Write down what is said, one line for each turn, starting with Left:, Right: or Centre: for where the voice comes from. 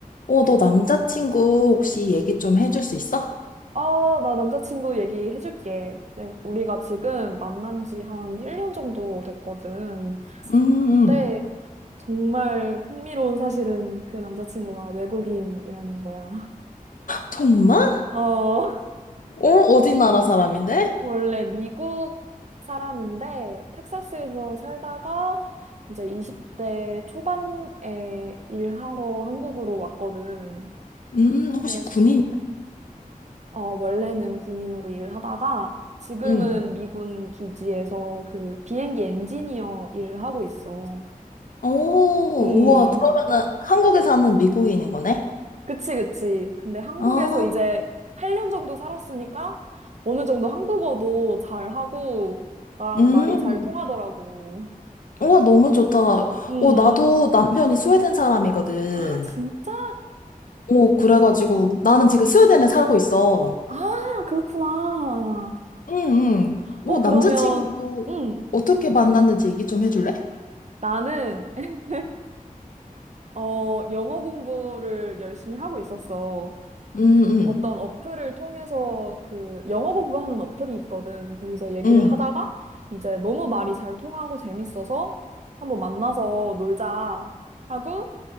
Left: 어, 너 남자친구 혹시 얘기 좀 해줄 수 있어?
Right: 아, 나 남자친구 얘기해줄게. 네, 우리가 지금 만난 지 한 1년 정도 됐거든.
Left: 음,
Right: 근데
Left: 음.
Right: 정말 흥미로운 사실은 그 남자친구가 외국인이라는 거야.
Left: 정말?
Right: <laughs> 어,
Left: 어, 어디 나라 사람인데?
Right: 원래 미국 사람인데 텍사스에서 살다가 이제 20대 초반에 일하러 한국으로 왔거든.
Left: 음, 혹시
Right: 그래서
Left: 군인?
Right: 어, 원래는 군인으로 일을 하다가 지금은
Left: 음.
Right: 미군 기지에서 그 비행기 엔지니어 일을 하고 있어.
Left: 오,
Right: 음,
Left: 우와, 그러면은 한국에 사는 미국인인 거네?
Right: 그치, 그치. 근데 한국에서
Left: 아,
Right: 이제 8년 정도 살았으니까 어느 정도 한국어도 잘하고 나랑
Left: 음.
Right: 말이 잘 통하더라고.
Left: 우와, 너무 좋다. 어,
Right: 음,
Left: 나도 남편이 스웨덴 사람이거든.
Right: 아, 진짜?
Left: 오 그래가지고 나는 지금 스웨덴에 살고 있어.
Right: 아, 그렇구나.
Left: 응, 응. 오
Right: 어,
Left: 남자친구
Right: 그러면, 음,
Left: 어떻게 만났는지 얘기 좀 해줄래?
Right: 나는, <laughs> 어, 영어 공부를 열심히 하고 있었어.
Left: 응, 응,
Right: 어떤 어플을 통해서 그 영어 공부하는 어플이 있거든. 거기서 얘기를
Left: 응.
Right: 하다가 이제 너무 말이 잘 통하고 재밌어서 한번 만나서 놀자 하고